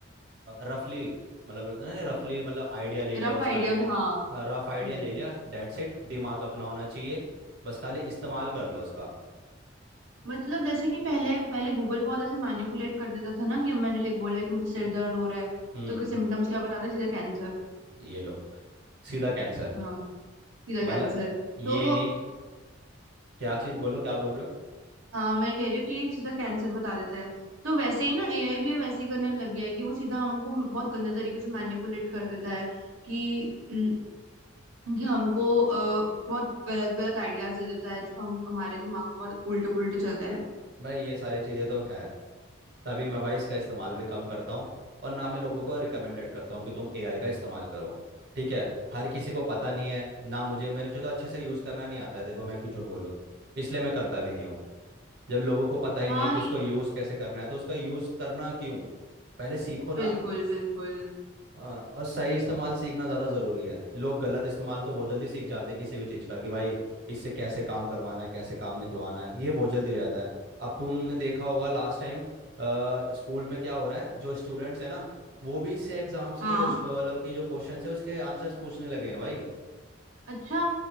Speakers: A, on the right; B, on the right.
A: रफली मतलब होता है ना रफली मतलब आइडिया ले लिया
B: रफ
A: बस
B: आइडिया
A: खाली
B: हाँ
A: रफ आइडिया
B: हम्म
A: ले लिया दैट्स इट दिमाग अपना होना चाहिए बस खाली इस्तेमाल कर लो उसका
B: मतलब जैसे कि पहले पहले गूगल बहुत ऐसे मैनिपुलेट कर देता था ना कि मैंने लिख बोला कि मुझे सिर दर्द हो रहा है
A: हम्म
B: तो उसके सिम्टम्स क्या बताता है सीधा कैंसर
A: ये लो सीधा कैंसर
B: हाँ सीधा
A: मतलब
B: कैंसर
A: ये
B: तो
A: नहीं क्या चीज़ बोलो क्या बोल रहे हो
B: हाँ मैं कह रही हूँ कि सीधा कैंसर बता देता है तो वैसे ही ना एआई भी अब वैसे ही करने लग गया है कि वो सीधा हमको बहुत गंदे तरीके से मैनिपुलेट कर देता है कि हम्म, कि हमको अ, बहुत गलत गलत आइडियाज दे देता है जो हम हमारे दिमाग में बहुत उल्टे पुल्टे चलते रहते
A: भाई ये सारी चीज़ें तो है तभी मैं भाई इसका इस्तेमाल भी कम करता हूँ और ना मैं लोगों को रिकमेंडेड करता हूँ कि तुम एआई का इस्तेमाल करो ठीक है हर किसी को पता नहीं है ना मुझे मेरे को तो अच्छे से यूज़ करना नहीं आता है देखो मैं क्यों झूठ बोलूँ इसलिए मैं करता भी नहीं हूँ जब लोगों को पता ही
B: हैं
A: नहीं
B: हाँ
A: है कि
B: ये
A: उसको यूज़ कैसे करना है तो उसका यूज़ करना क्यों पहले सीखो ना
B: बिल्कुल बिल्कुल
A: हाँ, और सही इस्तेमाल सीखना ज़्यादा ज़रूरी है लोग गलत इस्तेमाल तो बहुत जल्दी सीख जाते हैं किसी भी चीज़ का कि भाई इससे कैसे काम करवाना है कैसे काम निकलवाना है ये बहुत जल्दी हो जाता है अब तुमने देखा होगा लास्ट टाइम स्कूल में क्या हो रहा है जो स्टूडेंट्स है ना वो भी इससे एग्जाम्स के
B: हाँ
A: क्वेश्चन मतलब की जो क्वेश्चन है उसके आंसर्स पूछने लगे हैं भाई
B: अच्छा